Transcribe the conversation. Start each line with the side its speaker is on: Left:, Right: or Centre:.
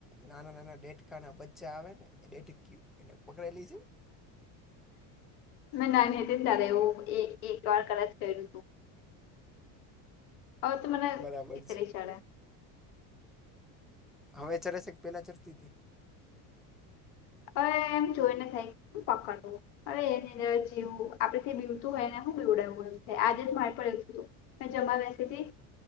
Centre: નાના નાના ડેટકા ના બચ્ચા આવે ને એ ડેટક્યુ એને પકડેલી
Left: મે નાની હતી ને તારે એવું એક વાર કરેલુ હવે તો મને
Centre: બરાબર
Left: ચીતરી ચડે
Centre: છે હવે ચરે છે કે પેલા ચરતી હતી
Left: હવે એમ જોઈ ને થાય પકડવું હવે એની અંદર જેવું આપડેથી બીવતું હોય ને હું પીવડાવું હોય આજે જ મારેડું હતું. મે જમા બેસીથી